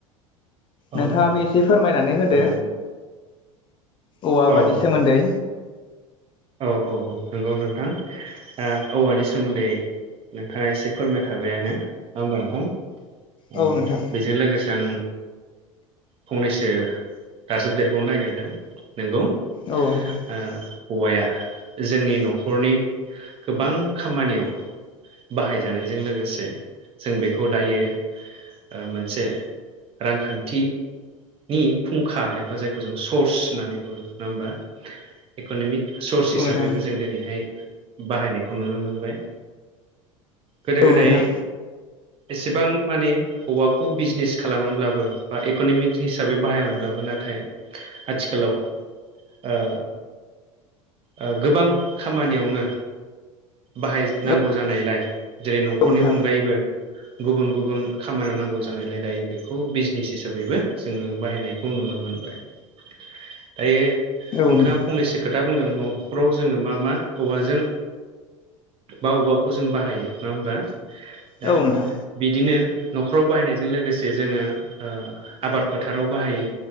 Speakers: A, on the right; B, on the left.
A: औ
B: नोंथाङाबो
A: औ
B: एसे फोरमायनानै होदो
A: नंगौ
B: औवा आबादनि
A: औ
B: सोमोन्दै।
A: औ औ औ नंगौ नोंथां ओ औवानि सोमोन्दै नोंथाङा एसे फोरमायखाबायानो ना होमबा नोंथां अ
B: औ नोंथां
A: बे जों लोगोसे आं फंनैसो दाजाब देरबावनो नागिरदों नोंगौ ओ
B: औ नोंथां
A: औवाया जोंनि न'खरनि गोबां खामानियाव बाहायजानायजों लोगोसे जों बेखौ दायो ओ मोनसे रांखान्थि नि फुंखा एबा जायखौ जों सर्स होननानै बुङो नङा होमबा इक'न'मिक सर्स
B: औ
A: हिसाबैबो
B: नोंथां
A: जों दिनैहाय बाहायनायखौ नुनो मोनबाय गोदो
B: औ
A: गोदाय
B: नोंथां
A: एसेबां माने औवाखौ बिजनेस खालामामोनब्लाबो बा इक'नमिक हिसाबै बाहायामोनब्लाबो नाथाय आथिखालाव ओ ओ गोबां खामानियावनो बाहायनांगौ
B: औ
A: जानायलाय जेरै न'खरनि
B: औ नोंथां औ नोंथां
A: अनगायैबो गुबुन गुबुन खामानियाव नांगौ जानायलाय दायो बेखौ बिजनेस हिसाबैबो जोङो बाहायनायखौ नुनो मोनबाय दायो नोंथाङा
B: औ नोंथां
A: फंनैसो खोथा बुंदों न'खराव जोङो मा मा औवाजों बा औवाखौ जों बाहायो नङा होमबा दा
B: औ नोंथां
A: बिदिनो न'खराव बाहायनायजों लोगोसे जोङो ओ आबाद फोथाराव बाहायो